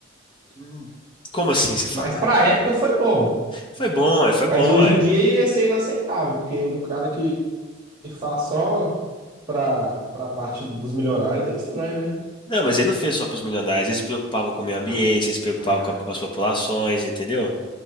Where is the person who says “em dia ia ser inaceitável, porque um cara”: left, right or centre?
Right